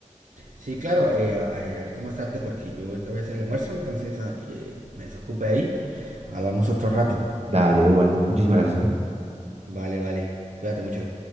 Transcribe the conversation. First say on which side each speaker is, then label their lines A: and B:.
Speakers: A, on the right; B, on the right.
A: Sí, claro, eh, a- a- ahorita más tarde porque yo ahorita voy a hacer el almuerzo, entonces a que me desocupe ahí, hablamos otro rato.
B: Dale, Duan. Muchísimas gracias, ¿eh?
A: Vale, vale, cuídate mucho.